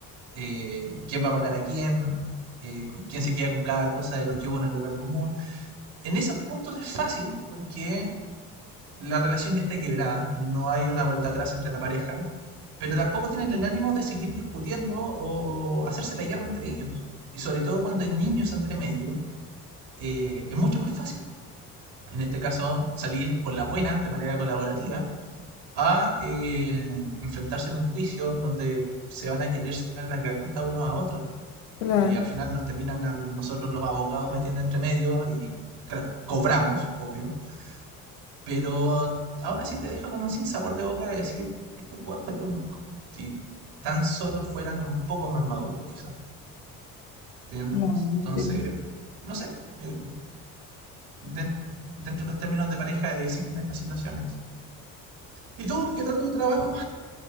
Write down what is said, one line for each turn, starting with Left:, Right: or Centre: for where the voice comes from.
Right: eh, quién va a pagar a quién, eh, quién se queda con cada cosa de lo que hubo en el lugar común. En esos puntos es fácil porque la relación ya está quebrada, no hay una vuelta atrás entre la pareja, pero tampoco tienen el ánimo de seguir discutiendo o hacerse la guerra entre ellos. Y sobre todo cuando hay niños entre medio, eh, es mucho más fácil, en este caso, salir por la buena, de manera colaborativa, a eh, enfrentarse en un juicio donde se van a querer sacar la garganta uno a otro.
Left: Claro,
Right: Y al final nos terminan a nosotros los abogados metiendo entre medio y, claro, cobramos, obvio, Pero aún así te deja con un sinsabor de boca de decir, esto puede haber sido mejor. Si tan solo fueran un poco más maduros, quizás. ¿Entiendes?
Left: claro,
Right: Entonces,
Left: sí.
Right: no sé, eh, den- dentro de los términos de pareja existen estas situaciones. ¿Y tú? ¿Qué tal tu trabajo?